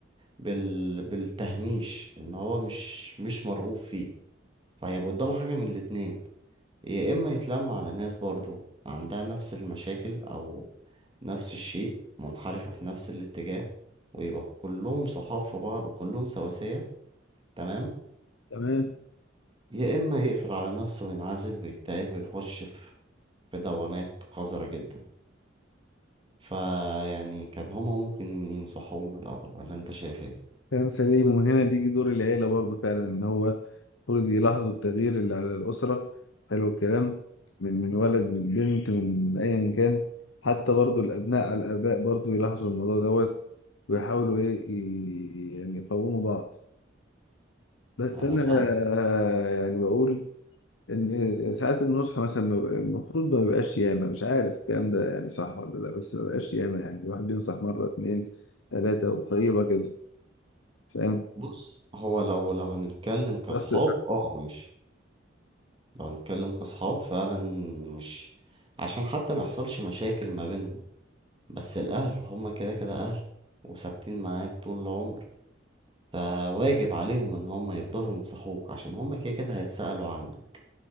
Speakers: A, on the right; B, on the left.
A: بال... بالتهميش ان هو مش مش مرغوب فيه فهيبقى قدامه حاجة من الاتنين يا إما يتلم على ناس برضو عندها نفس المشاكل أو نفس الشيء منحرفة في نفس الاتجاه ويبقى كلهم صحاب في بعض وكلهم سواسية تمام
B: تمام
A: يا إما يقفل على نفسه وينعزل ويكتئب ويخش في في دوامات قذرة جدا فيعني كان هما ممكن ينصحوه من الأول ولا أنت شايف إيه؟
B: كلام سليم ومن هنا بيجي دور العيلة برضه فعلا إن هو المفروض يلاحظوا التغيير اللي على الأسرة حلو الكلام من من ولد من بنت من من أيا كان حتى برضه الأبناء على الآباء برضه يلاحظوا الموضوع دوت ويحاولوا إيه ي- يعني يقوموا بعض بس
A: أنا
B: أنا
A: فاهمك
B: آه، يعني بقول إن آه، ساعات النصح مثلا ما بيبقى- المفروض ما بيبقاش ياما مش عارف الكلام ده يعني صح ولا لأ بس ما بيبقاش ياما يعني الواحد بينصح مرة اتنين تلاتة وطيبة كده فاهم؟
A: بص هو لو لو هنتكلم كأصحاب
B: بس
A: اه ماشي لو هنتكلم كأصحاب فعلا مش عشان حتى ما يحصلش مشاكل ما بينهم بس الأهل هما كده كده أهل وثابتين معاك طول العمر فواجب عليهم إن هما يفضلوا ينصحوك عشان هما كده كده هيتسألوا عنك